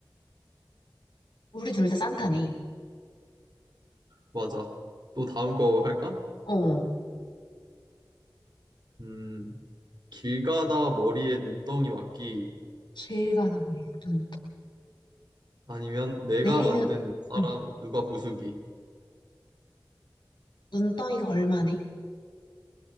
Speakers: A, on the left; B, on the right.
A: 우리 둘 다 산타네.
B: 맞아. 또 다음 거 할까?
A: 어.
B: 음. 길 가다 머리에 눈덩이 맞기
A: 길 가다 보니 눈덩
B: 아니면 내가
A: 내리는,
B: 만든 눈사람
A: 응.
B: 누가 부수기
A: 눈덩이가 얼마네?